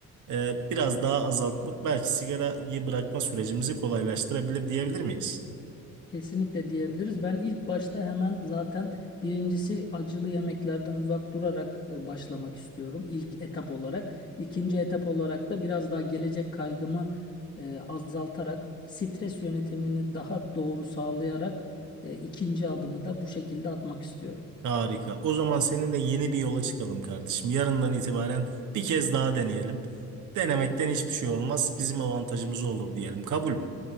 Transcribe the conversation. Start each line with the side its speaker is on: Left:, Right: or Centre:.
Right: e, biraz daha azaltmak belki sigarayı bırakma sürecimizi kolaylaştırabilir diyebilir miyiz?
Left: Kesinlikle diyebiliriz. Ben ilk başta hemen zaten birincisi acılı yemeklerden uzak durarak e, başlamak istiyorum. İlk etap olarak. İkinci etap olarak da biraz daha gelecek kaygımı e, azaltarak, stres yönetimini daha doğru sağlayarak e, ikinci adımı da bu şekilde atmak istiyorum.
Right: Harika. O zaman seninle yeni bir yola çıkalım kardeşim. Yarından itibaren bir kez daha deneyelim. Denemekten hiçbir şey olmaz. Bizim avantajımız olur diyelim. Kabul mü?